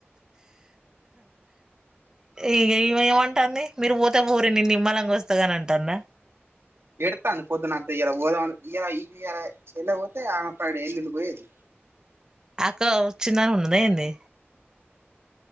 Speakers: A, on the right; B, on the right.
A: ఇగ ఈమె ఏమంటాంది మీరు పోతే పొర్రి నేన్ నిమ్మలంగా వస్తాగని అంటందా
B: ఎడ్తాంది పొద్దునంత ఇయల పోదమని ఇయల ఇయల <unintelligible>
A: అక్క వచిందని ఉన్నదా ఏంది